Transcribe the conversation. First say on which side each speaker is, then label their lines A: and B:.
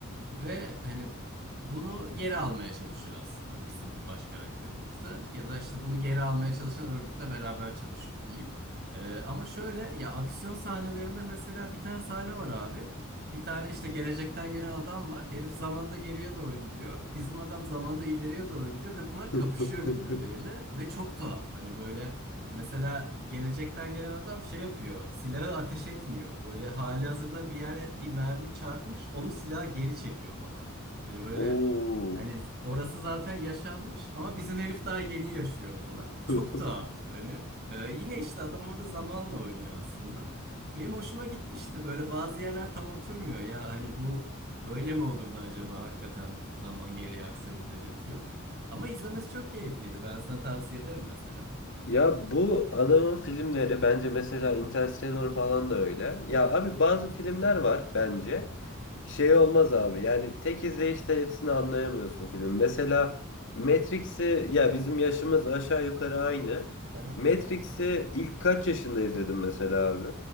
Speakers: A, on the right; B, on the left.
A: ve hani bunu geri almaya çalışıyor aslında bizim baş karakterimiz de. Ya da işte bunu geri almaya çalışan örgütle beraber çalışıyor diyeyim. E, ama şöyle ya aksiyon sahnelerinde mesela bir tane sahne var abi. Bir tane işte gelecekten gelen adam var. Herif zamanda geriye doğru gidiyor. Bizim adam zamanda ileriye doğru gidiyor ve bunlar kapışıyor
B: <laughs>
A: birbirleriyle ve çok tuhaf. Hani böyle Mesela gelecekten gelen adam şey yapıyor. Silahı ateş etmiyor. Böyle halihazırda bir yere bir mermi çarpmış, onu silaha geri çekiyor falan. Hani böyle
B: Oo.
A: hani orası zaten yaşanmış ama bizim herif daha yeni yaşıyor falan. Çok
B: <laughs>
A: tuhaf hani. Ee, yine işte adam orada zamanla oynuyor aslında. Benim hoşuma gitmişti. Böyle bazı yerler tam oturmuyor. Ya hani bu böyle mi olurdu acaba hakikaten zaman geriye aksaydı dedirtiyor. Ama izlemesi çok keyifliydi. Ben sana tavsiye ederim mesela.
B: Ya bu adamın filmleri bence mesela Interstellar falan da öyle. Ya abi bazı filmler var bence. Şey olmaz abi yani tek izleyişte hepsini anlayamıyorsun filmin. Mesela Matrix'i ya bizim yaşımız aşağı yukarı aynı.
A: Aha.
B: Matrix'i ilk kaç yaşında izledim mesela abi?